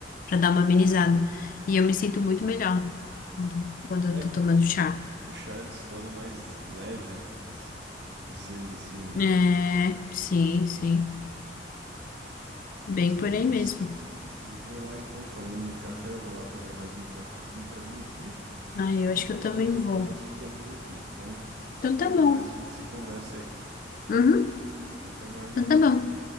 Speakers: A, on the left; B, on the right.
A: pra dar uma amenizada e eu me sinto muito melhor quando, quando eu
B: É,
A: tô tomando chá.
B: o Charles se torna mais leve, se- dizendo assim, né?
A: É, sim, sim, bem
B: Mas beleza.
A: por aí mesmo.
B: Eu vou lá então, falando em café, eu vou lá pegar mais um cafezinho pra mim aqui
A: Aí eu acho
B: e vou
A: que eu também
B: resolver
A: vou.
B: umas coisas aqui. Então,
A: Então
B: logo
A: tá bom.
B: mais a gente se conversa aí.
A: Uhum,
B: Até mais então.
A: então tá bom.